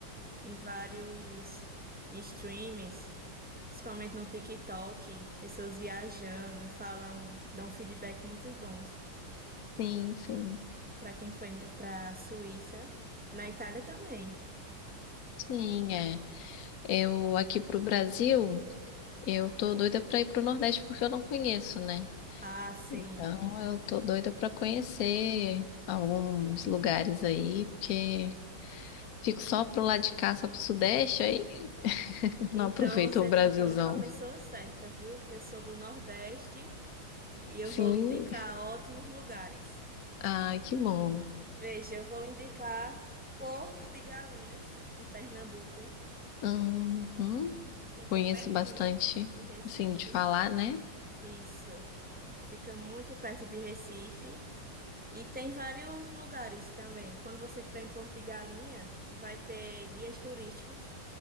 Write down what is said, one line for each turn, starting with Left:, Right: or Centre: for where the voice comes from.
Centre: em vários streams, principalmente no TikTok, pessoas viajando e falam, dão feedback muito bons
Left: Sim, sim,
Centre: para quem foi para a Suíça, na Itália também.
Left: sim, é. Eu aqui pro Brasil. Eu tô doida pra ir pro Nordeste porque eu não conheço, né?
Centre: Ah, sim.
Left: Então eu tô doida pra conhecer alguns lugares aí, porque fico só pro lado de cá, só pro Sudeste aí,
Centre: Então
Left: não aproveito
Centre: você
Left: o Brasilzão.
Centre: tá falando com a pessoa certa, viu? Porque eu sou do Nordeste. E eu
Left: Sim,
Centre: vou lhe indicar ótimos lugares.
Left: ai, que bom.
Centre: Veja, eu vou lhe indicar Porto de Galinhas, em Pernambuco.
Left: Uhum.
Centre: Fica
Left: Conheço
Centre: pertinho
Left: bastante,
Centre: de Recife.
Left: assim, de falar, né?
Centre: Isso. Fica muito perto de Recife. E tem vários lugares também. Quando você estiver em Porto de Galinha, vai ter guias turísticos